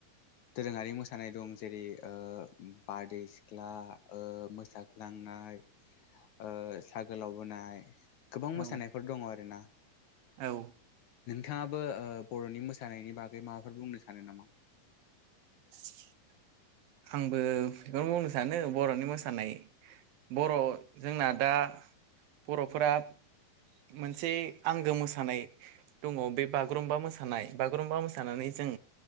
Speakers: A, on the left; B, on the right.
A: दोरोङारि मोसानाय दं। जेरै ओ बारदै सिख्ला, ओ मोसाग्लांनाय, ओ सा गोलाव बोनाय। गोबां मोसानायफोर
B: औ
A: दङ आरोना।
B: औ।
A: थाङाबो ओ बर'नि मोसानायनि बागै माबाफोर बुंनो सानो नामा?
B: <inaudible> आंबो <unintelligible> खौनो बुंनो सानो बर'नि मोसानाय, बर' जोंना दा बर'फोरा मोनसे आंगो मोसानाय दङ, बे बागुरुमबा मोसा सानाय। बागुरुम्बा मोसानानै जों